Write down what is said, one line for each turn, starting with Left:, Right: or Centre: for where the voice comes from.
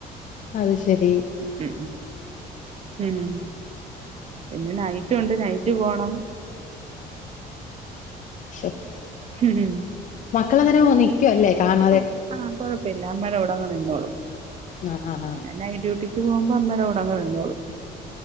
Left: അത് ശെരി
Right: ഉ ഉ ഉം പിന്നെ നൈറ്റ്ണ്ട് നൈറ്റ് പോണം
Left: <inaudible>
Right: ഉം
Left: മക്കള് നേരം മോന്നി ക്കുഅല്ലേ കാണ
Right: അഹ് ആഹ് കൊഴപ്പില്ല അമ്മേടെ കൂടെ അങ്ങ് നിന്നോളുംഏഹ്
Left: ആ ആ ആ
Right: നൈറ്റ് ഡ്യൂട്ടിക്ക് പോവുമ്പോ അമ്മേടെ കൂടങ്ങ് നിന്നോളും